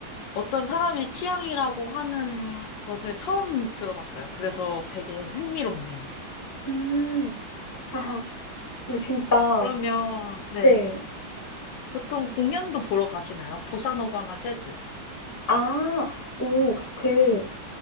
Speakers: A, on the left; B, on the left.
A: 어떤 사람의 취향이라고 하는 것을 처음 들어봤어요. 그래서 되게 흥미롭네요.
B: 음, 하하. 근데 진짜
A: 그러면, 네.
B: 네.
A: 보통 공연도 보러 가시나요? 보사노바나 재즈?
B: 아. 오 그